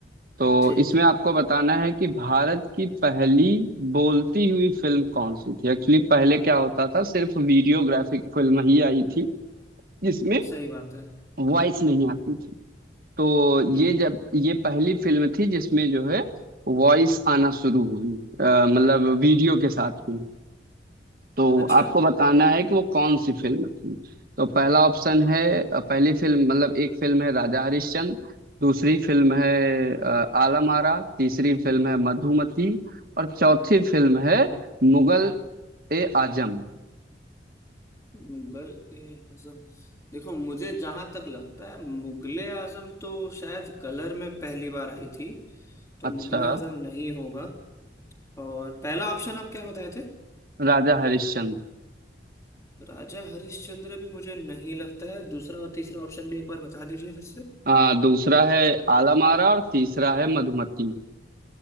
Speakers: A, on the right (about 50°); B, on the left (about 15°).
A: तो
B: ठीक
A: इसमें
B: ठीक
A: आपको बताना है कि भारत की पहली बोलती हुई फिल्म कौन सी थी एक्चुअली पहले क्या होता था सिर्फ वीडियोग्राफिक फिल्म ही आई थी जिसमें
B: सही बात है
A: वॉइस नहीं आती थी तो
B: हम्म
A: ये
B: हम्म।
A: जब ये पहली फिल्म थी जिसमें जो है वॉइस आना शुरू हुई अ, मतलब वीडियो के साथ ही तो
B: अच्छा
A: आपको बताना है कि वो कौन सी फिल्म थी तो पहला ऑप्शन है अ, पहली फिल्म मतलब एक फिल्म है राजा हरिश्चंद्र दूसरी फिल्म है अ, आलम आरा तीसरी फिल्म है मधुमती और चौथी फिल्म है मुगल ए आजम
B: मुगल ए आजम देखो मुझे जहां तक लगता है मुगले आजम तो शायद कलर में पहली बार आई थी तो
A: अच्छा
B: मुगले आजम नहीं होगा और पहला ऑप्शन आप क्या बताए थे
A: राजा हरिश्चंद्र
B: राजा हरिश्चंद्र भी मुझे नहीं लगता है दूसरा और तीसरा ऑप्शन भी एक बार बता दीजिए फिर से
A: हाँ दूसरा है आलम आरा और तीसरा है मधुमती